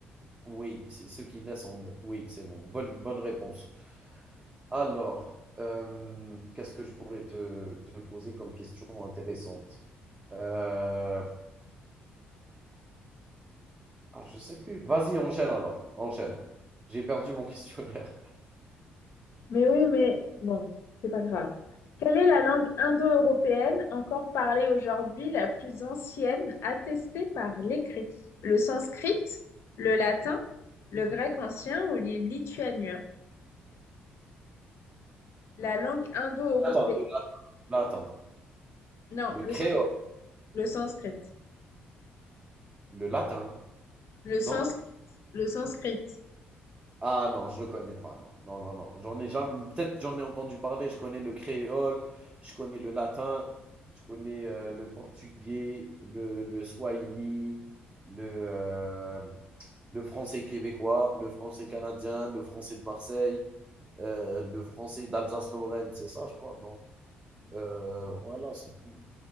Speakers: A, on the right; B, on the left.
A: Oui, c'est ceux qui naissent en œuf. Oui, c'est bon. Bonne, bonne réponse. Alors, euh, qu'est-ce que je pourrais te, te poser comme question intéressante Euh, Ah, je sais plus. Vas-y, enchaîne alors. Enchaîne. J'ai perdu mon <laughs> questionnaire.
B: Mais oui, mais bon, c'est pas grave. Quelle est la langue indo-européenne encore parlée aujourd'hui, la plus ancienne, attestée par l'écrit? Le sanskrit, le latin, le grec ancien ou le lituanien? La langue indo-européenne.
A: Le latin, le lat- latin.
B: Non,
A: Le
B: le
A: créole.
B: sans- le sanskrit.
A: Le latin.
B: Le sanskrit.
A: Non?
B: Le sanskrit.
A: Ah non, je le connais pas. Non, non, non, non. J'en ai jamais. Peut-être j'en ai entendu parler. Je connais le créole. Je connais le latin. Je connais euh, le portugais, le, le swahili, le, euh, le français québécois, le français canadien, le français de Marseille, euh, le français d'Alsace-Lorraine. C'est ça, je crois. Non. Euh, voilà, c'est tout.